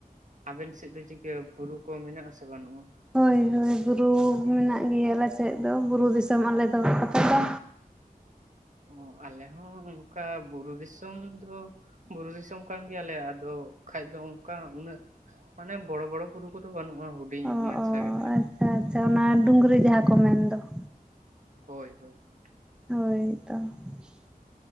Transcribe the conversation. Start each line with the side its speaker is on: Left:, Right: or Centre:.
Right: ᱟᱵᱮᱱ ᱥᱮᱫ ᱫᱚ ᱪᱤᱠᱟᱹ ᱵᱩᱨᱩ ᱠᱚ ᱢᱮᱱᱟᱜᱼᱟ ᱥᱮ ᱵᱟᱱᱩᱜᱼᱟ?
Centre: ᱦᱳᱭ ᱦᱳᱭ ᱵᱩᱨᱩ ᱢᱮᱱᱟᱜ ᱜᱮᱭᱟ ᱟᱞᱮ ᱥᱮᱫ ᱫᱚ ᱵᱩᱨᱩ ᱫᱤᱥᱚᱢ ᱟᱞᱮ ᱫᱚ ᱾ ᱟᱯᱮ ᱫᱚ?
Right: ᱚ, ᱟᱞᱮ ᱦᱚᱸ ᱚᱝᱠᱟ ᱵᱩᱨᱩ ᱫᱤᱥᱚᱢ ᱫᱚ ᱵᱩᱨᱩ ᱫᱤᱥᱚᱢ ᱠᱟᱱ ᱜᱮᱭᱟᱞᱮ ᱟᱫᱚ ᱠᱷᱟᱡ ᱫᱚ ᱚᱝᱠᱟ ᱩᱱᱟᱹᱜ ᱢᱟᱱᱮ ᱵᱚᱲᱚ ᱵᱚᱲᱚ ᱵᱩᱨᱩ ᱠᱚᱫᱚ ᱵᱟᱹᱱᱩᱜᱼᱟ ᱦᱩᱰᱤᱧ
Centre: ᱚ
Right: ᱢᱟᱪᱷᱟ
Centre: ᱚ
Right: ᱜᱮ ᱢᱮᱱᱟᱜᱼᱟ ᱾
Centre: ᱟᱪᱪᱷᱟ ᱟᱪᱪᱷᱟ ᱚᱱᱟ ᱰᱩᱝᱨᱤ ᱡᱟᱦᱟᱸ ᱠᱚ ᱢᱮᱱᱫᱚ ᱾
Right: ᱦᱳᱭ ᱦᱳᱭ ᱾
Centre: ᱦᱳᱭ ᱛᱚ ᱾